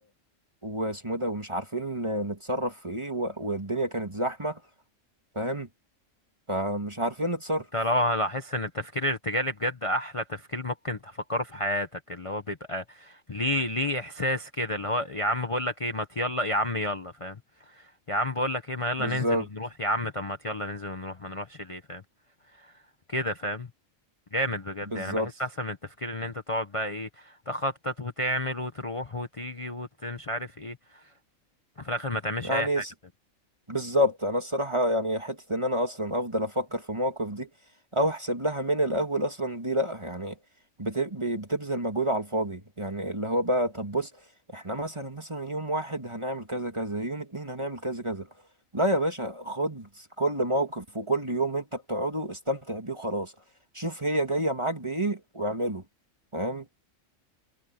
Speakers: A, on the right; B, on the left.
A: واسمه ده ومش عارفين نتصرف في ايه و... والدنيا كانت زحمه فاهم فمش عارفين نتصرف
B: انت لو هلاحظ ان التفكير الارتجالي بجد احلى تفكير ممكن تفكره في حياتك اللي هو بيبقى ليه ليه احساس كده اللي هو يا عم بقول لك ايه ما يلا يا عم يلا فاهم يا عم بقول لك ايه ما يلا
A: بالظبط
B: ننزل ونروح يا عم طب ما يلا ننزل ونروح ما نروحش ليه فاهم كده فاهم جامد بجد
A: بالظبط
B: يعني بحس احسن من التفكير ان انت تقعد بقى ايه تخطط وتعمل وتروح وتيجي ومش عارف ايه في الاخر ما تعملش
A: يعني
B: اي حاجه فاهم
A: بالظبط انا الصراحه يعني حته ان انا اصلا افضل افكر في مواقف دي او احسب لها من الاول اصلا دي لا يعني بت- ب- بتبذل مجهود على الفاضي يعني اللي هو بقى طب بص احنا مثلا مثلا يوم واحد هنعمل كذا كذا يوم اتنين هنعمل كذا كذا لا يا باشا خد كل موقف وكل يوم انت بتقعده استمتع بيه وخلاص شوف هي جايه معاك بايه واعمله فاهم